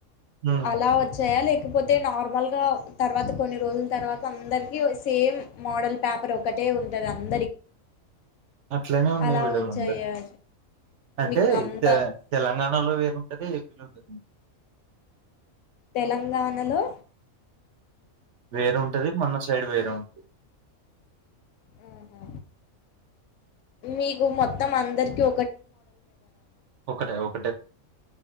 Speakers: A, on the right; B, on the left.
A: ఉమ్,
B: అలా వచ్చాయా లే లేకపోతే నార్మల్ గా తర్వాత కొన్ని రోజుల తర్వాత అందరికి సేమ్ మోడల్ పేపర్ ఒకటే ఉంటది అందరికి కి ఇంక
A: అట్లనే ఉన్నాయి
B: అలా
A: మేడమ్
B: వచ్చాయ
A: అందరు అంటే
B: మీకు అంత
A: తె తెలంగాణలో వేరుంటది ఏపీలో వేరుంటది
B: తెలంగాణలో
A: వేరుంటది మన సైడ్ వేరుంటది
B: హుహు మీకు మొత్తం అందరికి ఒకటే మోడల్ పేప్
A: ఒకటే ఒకటే మోడల్ పేపర్